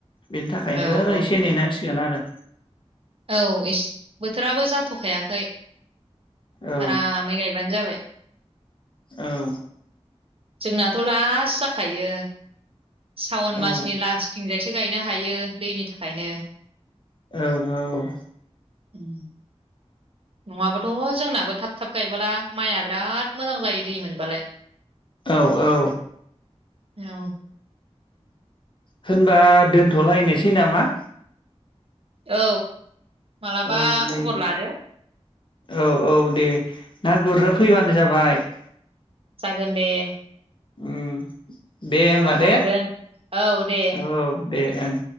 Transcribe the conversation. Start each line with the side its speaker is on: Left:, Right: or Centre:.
Left: बेनि थाखायनो
Right: आरो औ
Left: एसे नेनांसिगोन आरो।
Right: औ एस बोथोराबो जाथ'खायाखै।
Left: औ
Right: आरामै गायबानो जाबाय। <inaudible>
Left: औ
Right: जोंनाथ' लास्ट जाखायो। सावन
Left: औ
Right: मासनि लास्टथिं जायसो। गायनो हायो दैनि थाखायनो ।
Left: औ औ
Right: उम नङाबथ' जोंनाबो थाब थाब गायबोला माइआ बिराद मोजां जायो दै मोनबालाय ।
Left: औ औ
Right: औ
Left: होनबा दोनथ'लायनोसै नामा?
Right: औ मालाबा
Left: औ नै
Right: खबर लादो ।
Left: औ औ दे। ना गुरनो
Right: औ
Left: फैबानो जाबाय ।
Right: जागोन दे ।
Left: उम दे होमबा
Right: गाबोन थांगोन
Left: दे
Right: औ दे ।
Left: औ दे ओं